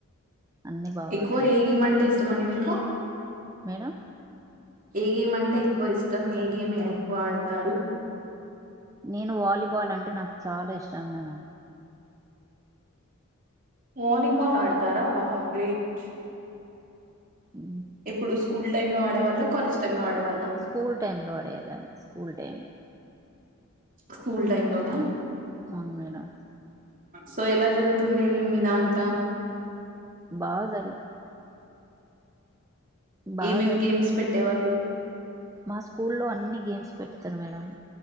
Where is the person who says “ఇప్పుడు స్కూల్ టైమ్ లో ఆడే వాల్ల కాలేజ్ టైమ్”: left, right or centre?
Right